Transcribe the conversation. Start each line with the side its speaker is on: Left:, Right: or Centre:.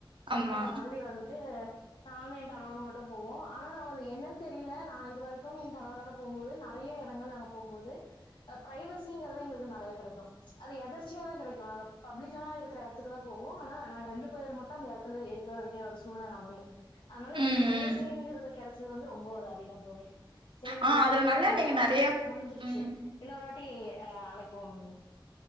Right: ஆமா
Left: அந்த மாதிரி வந்துட்டு நானு எ கணவர் மட்டு போவோ ஆனா நா என்னன்னு தெரியல நா இதுவரைக்கும் என் கணவரோட போம்போது நெறையா எடங்கள் நாங்க போகும்போது பிரைவசிங்கிறது எங்களுக்கு நெறைய கெடைக்கு அது எதர்ச்சியாதா கெடைக்கு நாங்க பப்ளிக்கா இருக்கிற எடத்துக்குதா போவோ ஆனா நாங்க ரெண்டு பேர் மட்டு அந்த எடத்துலயே இருக்க வேண்டிய ஒரு சூழ்நில அமையு அதனால எங்களுக்கு
Right: ம்
Left: பிரைவசிங்கறது
Right: ம்
Left: கெடைச் சிது வந்து ரொம்ப ஒரு அதிகந் தோழி சேரிங்
Right: ஆ
Left: தோழி
Right: அதுல
Left: குடுக்கப்பட்ட
Right: நல்லா
Left: நேரோ
Right: நீங்க நெறைய
Left: முடிஞ்சிருச்சு
Right: ம்
Left: இன்னொரு வாட்டி ஆஹ் அழைப்போம்ங்